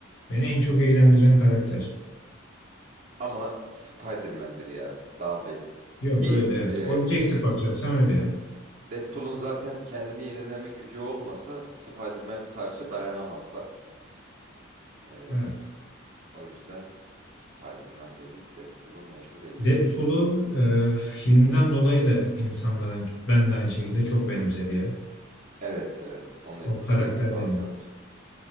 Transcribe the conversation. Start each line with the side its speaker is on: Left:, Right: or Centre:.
Left: Beni en çok eğlendiren karakter.
Right: ama Spider-Man'dir ya. Daha best.
Left: Yok
Right: Ki
Left: öyle evet.
Right: e,
Left: Objektif bakacaksam öyle ya.
Right: Deadpool'un zaten kendini yenileme gücü olmasa Spider-Man karşı dayanamaz da. Ee,
Left: Evet.
Right: o yüzden Spider-Man dedik. Deadpool'u mecbur eliyoruz.
Left: Deadpool'u e, filmden dolayı da insanların ben de aynı şekilde çok benimsedi ya.
Right: Evet evet. Onun etkisi
Left: O karakter
Right: fazladır.
Left: yani.